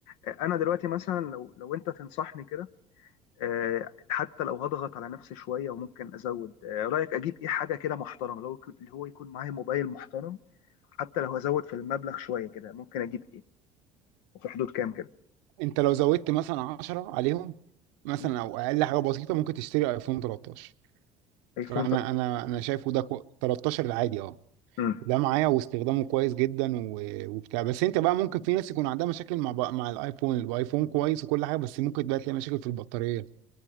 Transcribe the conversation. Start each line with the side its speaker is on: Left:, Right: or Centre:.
Left: آه، انا دلوقتي مثلا لو لو انت تنصحني كده آه، حتى لو هضغط على نفسي شويه وممكن ازود آه، رايك اجيب ايه حاجه كده محترمه لو يكون- اللي هو يكون معايا موبايل محترم حتى لو هزود في المبلغ شويه كده ممكن اجيب ايه وفي حدود كام كده
Right: انت لو زودت مثلا 10 عليهم مثلا
Left: مم.
Right: او اقل حاجه بسيطه ممكن تشتري ايفون 13
Left: ايفون
Right: فانا
Left: طب
Right: انا انا شايفه ده كو... 13 العادي اه
Left: امم
Right: ده معايا واستخدامه كويس جدا و... وبتاع بس انت بقى ممكن في ناس يكون عندها مشاكل مع بق... مع الايفون الايفون كويس وكل حاجه بس ممكن بقى تلاقي مشاكل في البطاريه